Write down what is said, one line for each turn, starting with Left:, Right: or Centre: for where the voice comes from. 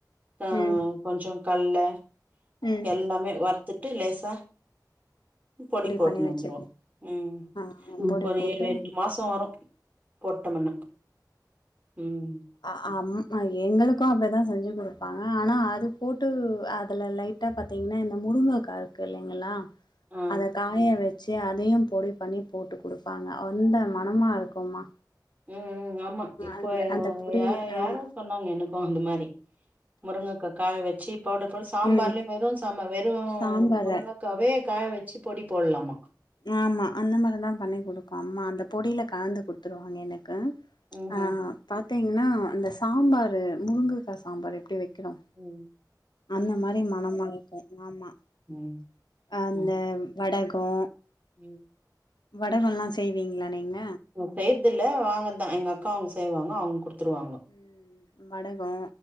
Right: ப
Left: ம்
Right: கொஞ்சோ கல்ல
Left: ம்
Right: எல்லாமே வற்த்துட்டு லேசா பொடி போட்டுனு
Left: பண்ணி வச்சிருக்கே
Right: வந்துருவ ம்
Left: ஆ பொடி
Right: இப்ப ஒரு
Left: போட்டு
Right: ஏழு எட்டு மாசோ வரும் போட்டம்ன்னா ம்
Left: ஆ ஆம் அ எங்களுக்கு அப்டிதா செஞ்சு குடுப்பாங்க ஆனா அது போட்டு அதுல லை ட்டா பாத்தீங்கன்னா இந்த முருங்கக்கா இருக்கு இல்லைங்களா
Right: ஆ
Left: அத காய வ ச்சு அதையும் பொடி பண்ணி போட்டு குடுப்பாங்க வந்த மனமாக இருக்கும்மா
Right: ம் ம் ஆமா இப்போ
Left: அந்த அந்த பொடி
Right: யா யாரோ
Left: ஆமா
Right: சொன்னாங்க எனக்கு அந்த மாரி முருங்கக்கா காய வச்சு பௌடபோள்ஸ் சாம்பார்லயு
Left: ம்
Right: வெறு சாம்பார் வெறு
Left: சாம்பார
Right: முருகக்காவே காய வச்சு பொடி போடுலாமா
Left: ஆமா அந்த மாரிதா பண்ணி குடுக்கு அம்மா அந்த பொடில கலந்து குடுத்துருவாங்க எனக்கு
Right: ம் ம்
Left: ஆ பாத்தீங்கன்னா அந்த சாம்பாரு முருங்கக்கா சாம்பார் எப்டி வைக்கரோ
Right: ம்
Left: அந்த மாரி மனமா இருக்கு ஆமா
Right: ம்
Left: அந்த
Right: ம்
Left: வடகோ
Right: ம்
Left: வடகோல்லா செய்வீங்களா நீங்க
Right: ம் செய்றதுல்ல வாங்கதா எங்க அக்கா அவுங்க செய்வாங்க அவுங்க குடுத்துருவாங்க
Left: ம் ம் வடகோ